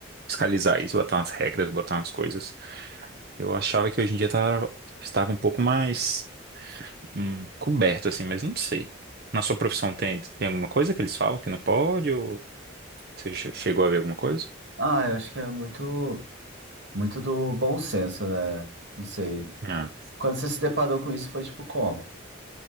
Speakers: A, on the right (about 50°); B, on the right (about 70°).
A: fiscalizar isso, botar umas regras, botar umas coisas. Eu achava que hoje em dia tava, estava um pouco mais hum, coberto, assim, mas não sei. Na sua profissão tem, tem alguma coisa que eles falam que não pode Você che- chegou a ver alguma coisa?
B: Ah, eu acho que é muito, muito do bom senso, né? Não sei.
A: Ah.
B: Quando você se deparou com isso, foi tipo como?